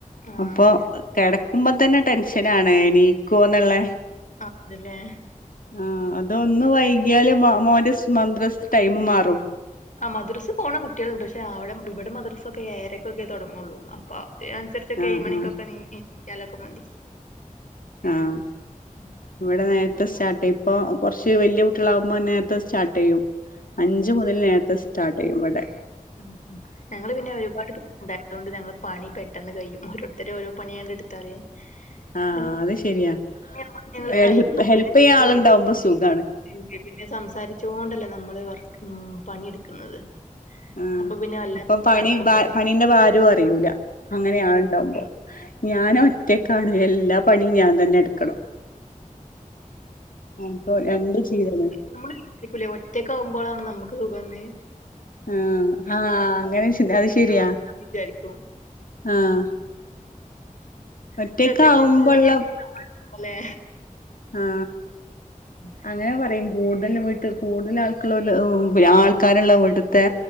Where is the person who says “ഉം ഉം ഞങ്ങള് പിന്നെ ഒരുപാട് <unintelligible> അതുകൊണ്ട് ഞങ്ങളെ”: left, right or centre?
Left